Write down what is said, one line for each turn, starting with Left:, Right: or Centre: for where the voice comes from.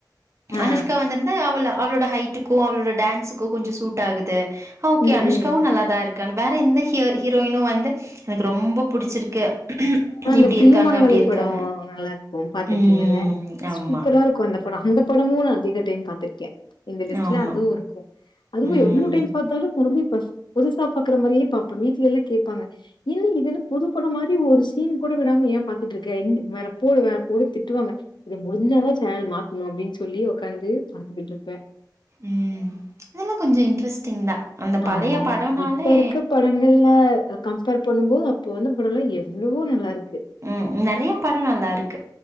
Left: ஆ
Right: அனுஷ்கா வந்திருந்தா அவள அவளோட ஹைட்டு க்கு அவளோட டான்சுக்கு கொஞ்சோ சூட் ஆகுது ஓகே
Left: ம்
Right: அனுஷ்காவு
Left: ம்
Right: நல்ல தா இருக் கானு வேற எந்த ஹீரோயினு வந்து எனக்கு ரொம்ப புடிச்சிருக்கு
Left: அப்றோ இந்த
Right: இப்டி
Left: ப்ரியமானவளே
Right: இருக்காங்க அப்டி இருக்காங்க
Left: படோ நல்லா இரு க்கு பாத்திருக்கீங்கல்ல
Right: ம் ஆமா
Left: சூப்பரா இருக்கு அந்த படோ இந்த படமும் அதிக டைம் பாத்திருக்கே இந்த லிஸ்ட்ல
Right: ஆமா
Left: அதுவு இருக்கு அதுவு
Right: ம்
Left: எவ்ளோ டைம் பாத்தாலு மறுபடி‌ பஸ் புதுசா பாக்குற மாரியே பாப்பே வீட்ல எல்லா கேப்பாங்க இன்னு இது என்ன புது படோ மாரி ஒரு சீன் கூட விடாம ஏ பாத்துட்டு இருக்க என் வேற போடு வேற போடு திட்டுவாங்க இது முடிஞ்சாதா சேனல் மாத்தனு அப்டின் சொல்லி ஒக்காந்து பாத்துக்கிட்ருப்பே
Right: ம் அதெல்லா கொஞ்ச இன்ட்ரெஸ்ட்டிங் தா அந்த
Left: ஆமாம்.
Right: பழைய படோனாலே
Left: இப்ப இருக்க படங்கள்ல கம்பேர் பண்ணும் போது அப்ப வந்து படம்லா எவ்ளவோ நல்லா இருக்கு
Right: ம் நெறய பட நல்லா இருக்கு